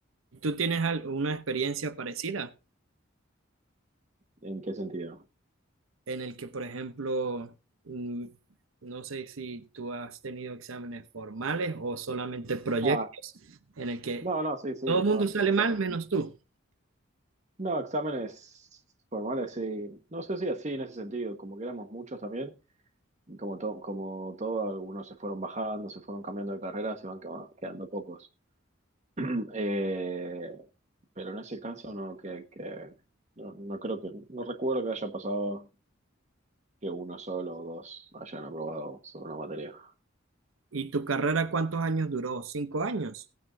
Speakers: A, on the right; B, on the right.
A: ¿Tú tienes al- una experiencia parecida
B: ¿En qué sentido?
A: en el que, por ejemplo, mm, no sé si tú has tenido exámenes formales o solamente proyectos
B: Ah,
A: en el que
B: no, no, sí, sí,
A: todo el
B: no,
A: mundo
B: sí,
A: sale
B: exa-
A: mal menos tú?
B: no, exámenes formales, sí. No sé si así en ese sentido, como que éramos muchos también, y como todo, como todo, algunos se fueron bajando, se fueron cambiando de carreras y van quema- quedando pocos. <clears throat> Eh, pero en ese caso no, que, que no, no creo que, no recuerdo que haya pasado que uno solo o dos hayan aprobado sobre una materia.
A: ¿Y tu carrera cuántos años duró? ¿Cinco años?